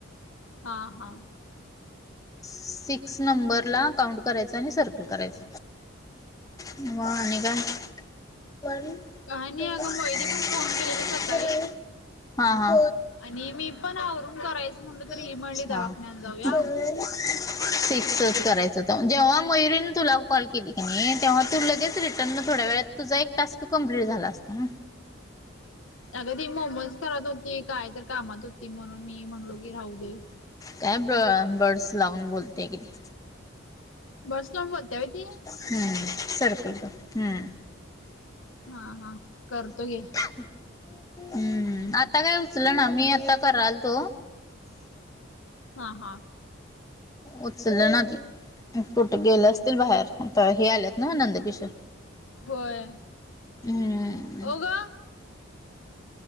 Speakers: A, on the left; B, on the left.
A: हा हा.
B: सिक्स नंबर ला काउंट करायच आणि सर्कल करायच. म आणि काय वन टू
A: काय नाही
B: थ्री
A: अगं मोहिदी पण फोन केलेली सकाळी
B: फोर हा हा
A: आणि मी पण आवरून करायचं. म्हणलं
B: अच्छा
A: तर ही म्हणली दवाखान्याला जाऊया
B: सेव्हन सिक्सच करायचं ते, जेव्हा मयुरीने तुला कॉल केली की नाही तेव्हा तू लगेच रिटर्न थोड्या वेळात तुझा एक टास्क कमप्लीट झाला असता.
A: अग ती मोमच करत होती, काय तर कामात होती, म्हणून मी म्हणलो की राहू दे.
B: काय ब बर्डस लावून बोलते घे ती.
A: बड्स लावून बोलत्या व्हय ती.
B: हम्म सर्कल कर हम्म
A: हा हा करतो घे.
B: हम्म आता काय उचल ना मी आता कराल तो.
A: हा हा.
B: उचललं ना कुठे गेले असतील बाहेर आता हे आलेत ना नंदकिशोर.
A: होय
B: हम्म
A: ओ ग